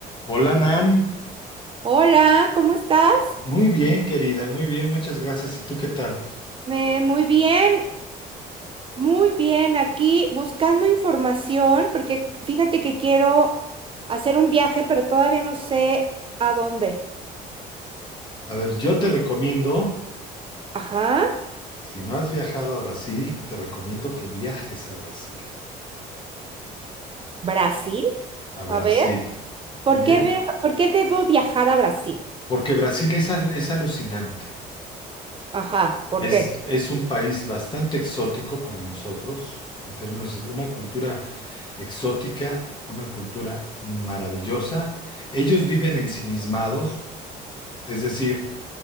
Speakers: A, on the left (about 25°); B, on the right (about 30°).
A: Hola Nan,
B: Hola, ¿cómo estás?
A: muy bien querida, muy bien, muchas gracias. ¿Y tú qué tal?
B: Me- muy bien, muy bien. Aquí buscando información, porque fíjate que quiero hacer un viaje, pero todavía no sé a dónde.
A: A ver, yo te recomiendo,
B: Ajá,
A: si no has viajado a Brasil, te recomiendo que viajes a Brasil.
B: Brasil.
A: A Brasil.
B: A ver, ¿por
A: Bien.
B: qué viaja- por qué debo viajar a Brasil?
A: Porque Brasil es, a- es alucinante.
B: Ajá, ¿por
A: Es,
B: qué?
A: es un país bastante exótico para nosotros, en términos de una cultura exótica, una cultura maravillosa. Ellos viven ensimismados, es decir,